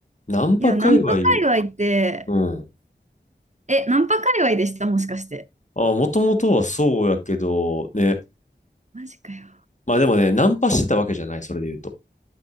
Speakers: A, on the left; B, on the right.
A: ナンパ界隈、
B: いや、ナンパ界隈って、
A: うん。
B: え、ナンパ界隈でしたもしかして。
A: あ、もともとはそうやけど、ね。
B: マジかよ。
A: まあでもね、ナンパしてたわけじゃない、それで言うと。